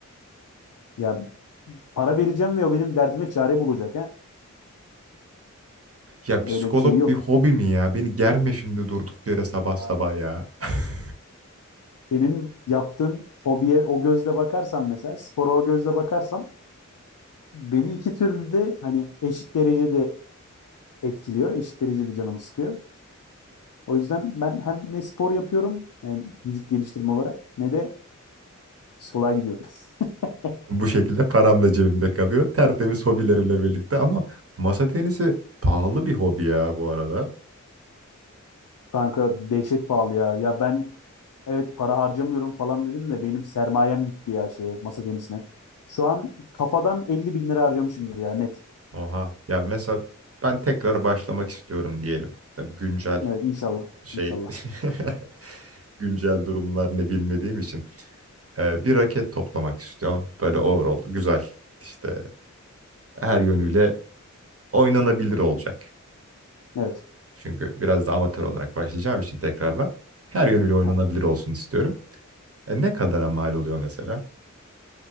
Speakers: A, on the left; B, on the right.
A: Ya Para vereceğim ve o benim derdime çare bulacak ha.
B: Ya psikolog
A: Öyle bir şey yok.
B: bir hobi mi ya? Beni germe şimdi durduk yere sabah
A: Hayır.
B: sabah ya. <laughs>
A: Senin yaptığın hobiye o gözle bakarsan mesela spora o gözle bakarsan beni iki türlü de hani eşit derecede etkiliyor. Eşit derecede canımı sıkıyor. O yüzden ben hem ne spor yapıyorum yani vücut geliştirme olarak ne de psikoloğa gidiyorum. <laughs>
B: Bu şekilde param da cebimde kalıyor. Tertemiz hobilerimle birlikte ama masa tenisi pahalı bir hobi ya bu arada.
A: Kanka dehşet pahalı ya. Ya ben evet para harcamıyorum falan dedim de benim sermayem gitti ya şeye masa tenisine. Şu an kafadan elli bin lira harcamışımdır ya net.
B: Oha. Ya mesela ben tekrar başlamak istiyorum diyelim. Tabii güncel
A: Evet inşallah.
B: şey
A: İnşallah.
B: <laughs> güncel durumlar ne bilmediğim için. Ee,
A: Evet.
B: bir raket toplamak istiyorum. Böyle overall güzel işte her yönüyle oynanabilir olacak.
A: Evet.
B: Çünkü biraz da amatör olarak başlayacağım için tekrardan her yönüyle oynanabilir
A: Aha.
B: olsun istiyorum. E, ne kadara mal oluyor mesela?